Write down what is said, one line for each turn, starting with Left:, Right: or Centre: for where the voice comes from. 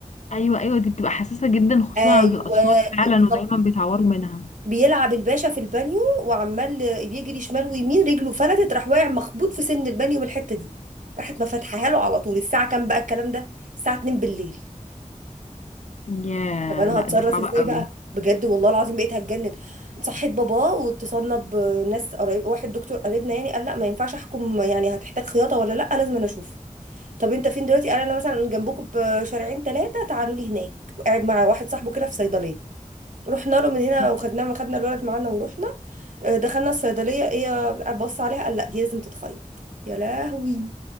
Left: ايوه ايوه دي بتبقى حساسة جدا خصوصا
Right: ايوه
Left: عند الاطفال فعلا
Right: اتخب-
Left: ودايما بيتعوروا منها
Right: بيلعب الباشا في البانيو وعمال يجري شمال ويمين رجله فلتت راح واقع مخبوط في سن البانيو من الحته دي راحت ما فاتحاها له على طول الساعه كام بقى الكلام ده الساعه 2 بالليل
Left: ياه
Right: طب انا
Left: لا
Right: هتصرف
Left: دي صعبة
Right: ازاي
Left: قوي
Right: بقى بجد والله العظيم بقيت هتجنن صحيت بابا واتصلنا بناس قريب واحد دكتور قريبنا يعني قال لا ما ينفعش احكم يعني هتحتاج خياطه ولا لا لازم انا اشوف طب انت فين دلوقتي قال انا مثلا جنبكم بشارعين ثلاثه تعالوا لي هناك وقاعد مع واحد صاحبه كده في صيدليه رحنا له من هنا
Left: مم.
Right: وخدناه ما خدنا الولد معانا ورحنا آه، دخلنا الصيدليه ايه بص عليها قال لا دي لازم تتخيط يا لهوي